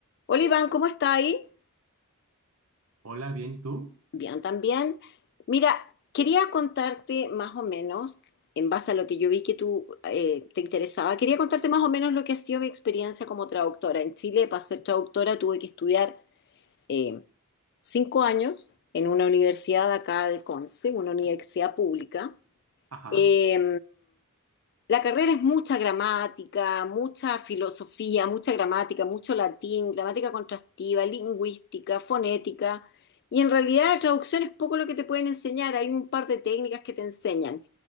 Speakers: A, on the left; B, on the right.
A: Hola Iván, ¿cómo está ahí?
B: Hola, bien, ¿y tú?
A: Bien, también. Mira, quería contarte más o menos, en base a lo que yo vi que tú eh, te interesaba, quería contarte más o menos lo que ha sido mi experiencia como traductora. En Chile, para ser traductora, tuve que estudiar eh, cinco años en una universidad de acá del Conce, una universidad pública.
B: Ajá.
A: Eh, la carrera es mucha gramática, mucha filosofía, mucha gramática, mucho latín, gramática contrastiva, lingüística, fonética. Y en realidad la traducción es poco lo que te pueden enseñar, hay un par de técnicas que te enseñan.